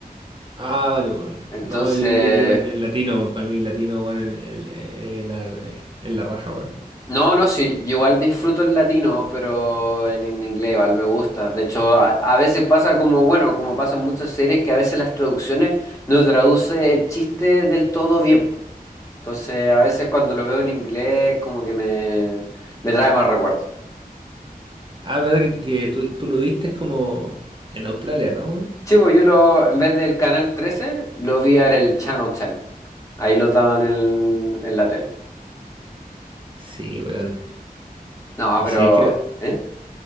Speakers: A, on the right; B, on the left.
A: Ah, vale weón.
B: Entonces,
A: No, yo, yo digo en, en latino, weón. Para mí, latino, weón, en, en- eh, en la, eh, en la raja, weón.
B: No, no, sí, yo igual disfruto el latino, pero en, en inglés igual me gusta. De hecho, a, a veces pasa como, bueno, como pasan muchas series, que a veces las traducciones no traduce el chiste del todo bien. po. Entonces, a veces cuando lo veo en inglés, como que me, me trae más recuerdos.
A: Ah, verdad que, que tú, tú lo viste como en Australia, ¿no, weón?
B: Sí, pues yo lo, en vez del canal 13 lo vi en el Channel 10. Ahí lo daban en, en la tele.
A: Sí, weón.
B: No,
A: Y
B: pero...
A: sé que
B: ¿eh?